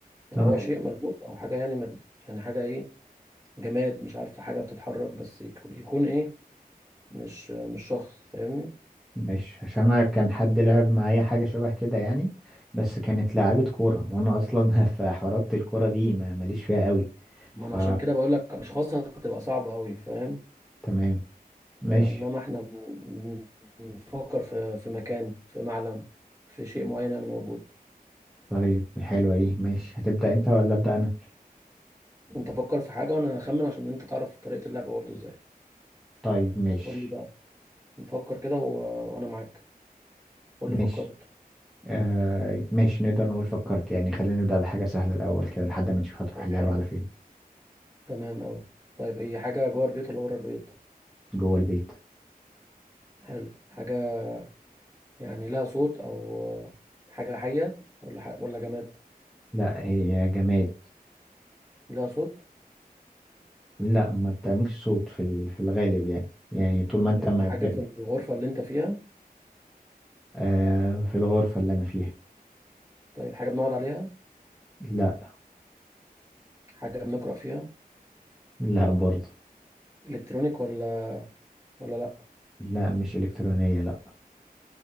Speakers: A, on the right; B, in the centre.
A: يعني
B: تمام
A: هو شيء ملموس او حاجه يعني مد... يعني حاجه ايه جماد مش عارف حاجه بتتحرك بس يكون يكون ايه مش مش شخص فاهمني
B: ماشي عشان انا كان حد لعب معايا حاجه شبه كده يعني بس كانت لعيبه كوره وانا اصلا <laughs> في حوارات الكوره دي ما ماليش فيها قوي
A: ما
B: ف
A: انا عشان كده بقول لك اشخاص هتبقى صعبه قوي فاهم
B: تمام ماشي
A: آه انما احنا بن- بنفكر في في مكان في معلم في شيء معين يعني موجود
B: طيب حلوه دي ماشي هتبدا انت ولا ابدا انا
A: انت فكر في حاجة وانا هخمن عشان انت تعرف طريقة اللعبة برضه ازاي
B: طيب ماشي
A: قول لي بقى نفكر كده و... وانا معاك قول
B: ماشي
A: لي فكرت
B: آه ماشي نقدر نقول فكرت يعني خلينا نبدأ بحاجة سهلة الأول كده لحد ما نشوف هتروح
A: طيب
B: اللعبة
A: حلو
B: على فين
A: تمام قوي طيب هي حاجة جوه البيت ولا بره البيت
B: جوه البيت
A: حلو حاجة يعني لها صوت او حاجة حية ولا ح... ولا جماد
B: لا هي جماد
A: لها صوت
B: لا ما بتعملش صوت في ال... في الغالب يعني يعني طول ما
A: طيب
B: انت ما
A: حاجة
B: ب...
A: في الغرفة اللي انت فيها
B: آه في الغرفة اللي أنا فيها
A: طيب حاجة بنقعد عليها
B: لا
A: حاجة بنقرأ فيها
B: لا برضه
A: الكترونيك ولا ولا لا
B: لا مش إلكترونية لا